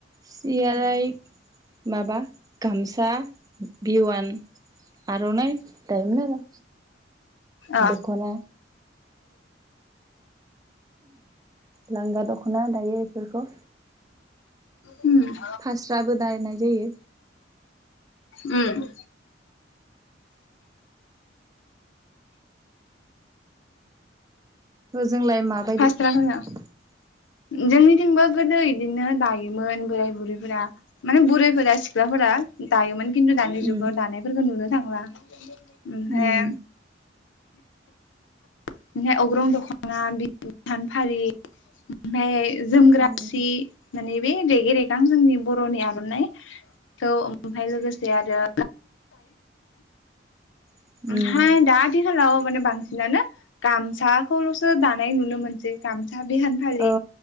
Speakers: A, on the right; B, on the left.
A: सियालाय माबा गामसा बिवान आर'नाइ दायोमोन आरो।
B: अ
A: दख'ना लांगा दख'ना दायो बेफोरखौ।
B: उम
A: फास्राबो दानाय जायो
B: <inaudible> उम
A: जोंलाय माबा
B: फास्रा होना
A: <inaudible>
B: जोंनिथिंबो गोदो इदिनो दायोमोन बोराय बुरैफोरा माने बुरैफोरा सि गख्लाफोरा दायोमोन खिन्थु दानि
A: उम
B: जुगाव दानायफोरखौ नुनो थांला। ओमफ्राय
A: उम
B: ओमफ्राय अग्रं दख'ना बिानफारि ओमफ्राय जोमग्रासि
A: उम
B: माने बे रेग रेगां जोंनि बर'नि आर'नाइ खौ ओमफ्राय लोगोसे आरो
A: उम
B: हाय दा आथिखालाव माने बांसिनानो गामसाखौल'सो दानाय नुनो मोनसै। गामसा बिहान फालि
A: अ